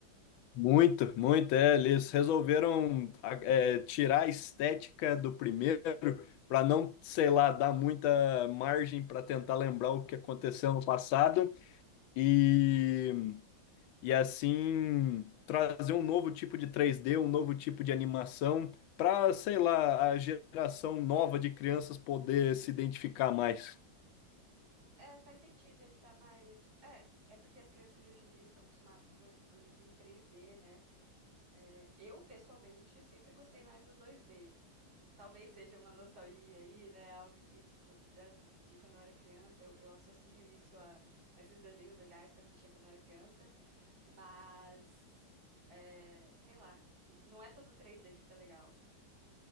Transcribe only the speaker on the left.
Muito, muito, é, eles resolveram a- é, tirar a estética do primeiro para não, sei lá, dar muita margem para tentar lembrar o que aconteceu no passado e, e assim trazer um novo tipo de 3D, um novo tipo de animação para, sei lá, a geração nova de crianças poder se identificar mais.